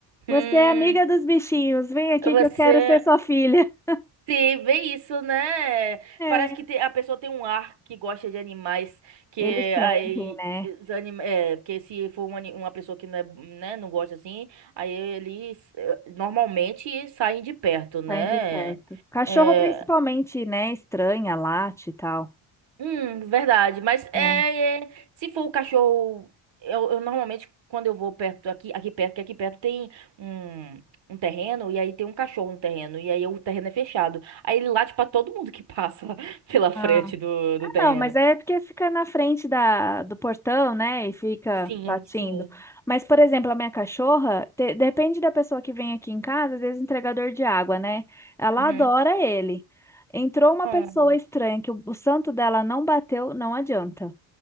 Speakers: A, in the centre; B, on the right.
A: Você
B: Hum,
A: é amiga dos bichinhos, vem aqui
B: você.
A: que eu quero ser sua filha. <laughs>
B: Sim, bem isso, né?
A: É.
B: Parece que te- a pessoa tem um ar que gosta de animais, que
A: Eles sentem,
B: aí.
A: né?
B: os anima- É, porque se for um ani- uma pessoa que não, é, né, não gosta assim, aí eles eh, normalmente saem de perto, né?
A: Saem de perto. Cachorro
B: É,
A: principalmente, né? Estranha, late e tal.
B: Hum, verdade. Mas é,
A: É.
B: é, se for o cachorro, eu, eu normalmente quando eu vou perto aqui, aqui perto, que aqui perto tem um, um terreno e aí tem um cachorro no terreno e aí o terreno é fechado. Aí ele late pra todo mundo que passa <laughs> pela frente
A: Ah.
B: do, do
A: Ah,
B: terreno.
A: não, mas é porque fica na frente da, do portão, né? E fica
B: Sim,
A: latindo.
B: sim.
A: Mas, por exemplo, a minha cachorra, te- depende da pessoa que vem aqui em casa, às vezes entregador de água, né? Ela
B: Uhum.
A: adora ele. Entrou uma
B: Hum,
A: pessoa estranha que o, o santo dela não bateu, não adianta.